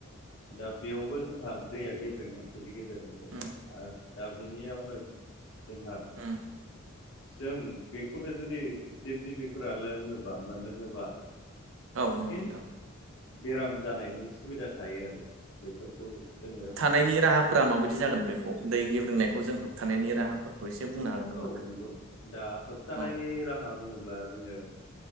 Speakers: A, on the left; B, on the right.
A: दा बेयावबो जोंहा दैया गेब्रेङा बेनि गेजेराव
B: उम
A: आरो दा बेनियावनो जोंहा
B: उम
A: जों बेखौनो जुदि जिब जिबिफोरा लोङोबा मोनलोङोबा
B: औ नांगौ
A: फिन
B: नोंथां
A: बेराम जानायनि सुबिदा थायो आरो बेफोरखौ जोङो
B: थानायनि राहा फोर माबायदि जागोन बेखौ दै गेब्रोंनायखौ जों होबथानायनि राहा फोरखौ एसे बुंनो हागोन नामा
A: औ नंगौ दा होबथानायनि
B: औ
A: राहा बुङोब्ला जोङो